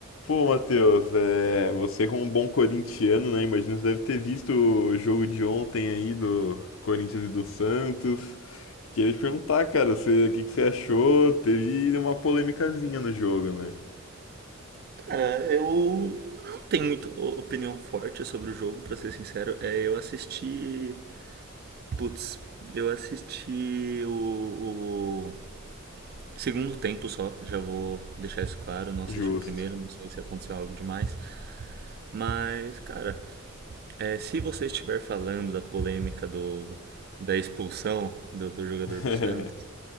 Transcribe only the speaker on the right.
Cara, eu não tenho muito o- opinião forte sobre o jogo, pra ser sincero. É, eu assisti. Putz, eu assisti o, o segundo tempo só, já vou deixar isso claro. Não assisti
o primeiro, não sei se aconteceu algo demais. Mas, cara, é, se você estiver falando da polêmica do, da expulsão do, do jogador
do Santos,